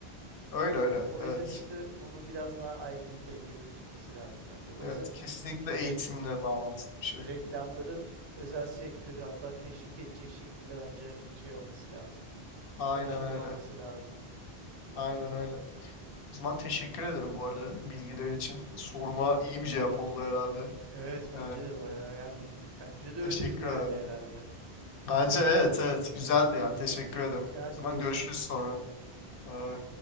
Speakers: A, on the left; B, on the right.
A: Öyle öyle.
B: O
A: Evet.
B: yüzden işte onu biraz daha ailenin dengede tutması lazım bence. O
A: Evet.
B: yüzden
A: Kesinlikle
B: işte rek-
A: eğitimle bağlantılı bir
B: reklamların
A: şey.
B: özel sektörü hatta teşvik edecek şekilde bence şey olması lazım.
A: Aynen
B: Karışılmaması
A: öyle.
B: lazım.
A: Aynen öyle. O zaman teşekkür ederim bu arada bilgiler için. Soruma iyi bir cevap oldu herhalde.
B: Evet bence
A: Yani
B: de bayağı yani bence de
A: teşekkür
B: öyledir yani
A: ederim.
B: herhalde.
A: Bence evet evet güzeldi yani teşekkür ederim. O
B: E hadi
A: zaman
B: görüşürüz.
A: görüşürüz sonra. Bye.